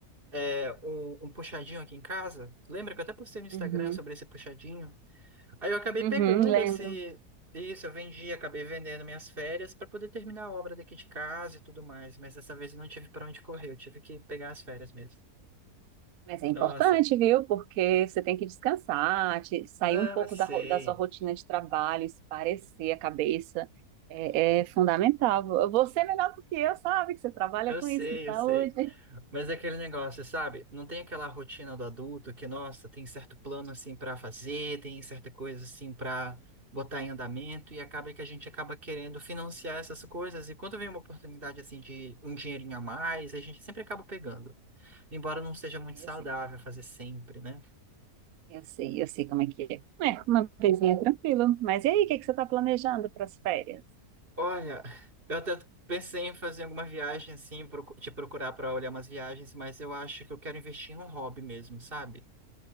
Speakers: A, on the right (about 35°); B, on the right (about 70°).
A: é, um, um puxadinho aqui em casa. Lembra que eu até postei no Instagram
B: Uhum,
A: sobre esse puxadinho? Aí eu acabei
B: uhum,
A: pegando
B: lembro.
A: esse. Isso, eu vendi, acabei vendendo minhas férias para poder terminar a obra daqui de casa e tudo mais, mas dessa vez eu não tive para onde correr, eu tive que pegar as férias mesmo.
B: Mas é
A: Nossa,
B: importante, viu? Porque você tem que descansar, te- sair
A: não,
B: um pouco
A: eu sei.
B: da, ro- da sua rotina de trabalho, esparecer a cabeça. É, é fundamental. Vo- Você é melhor do que eu sabe que você trabalha
A: Eu
B: com
A: sei,
B: isso, com saúde.
A: eu sei. Mas é aquele negócio, sabe? Não tem aquela rotina do adulto que, nossa, tem certo plano assim para fazer, tem certa coisa assim para botar em andamento e acaba que a gente acaba querendo financiar essas coisas e quando vem uma oportunidade assim de um dinheirinho a mais, a gente sempre acaba pegando. Embora não seja muito
B: É,
A: saudável
B: eu sei,
A: fazer sempre, né?
B: eu sei, eu sei como é que é. É, uma coisinha tranquila. Mas e aí, o que é que você está planejando para as férias?
A: Olha, eu até pensei em fazer alguma viagem assim, procu- te procurar para olhar umas viagens, mas eu acho que eu quero investir em um hobby mesmo, sabe?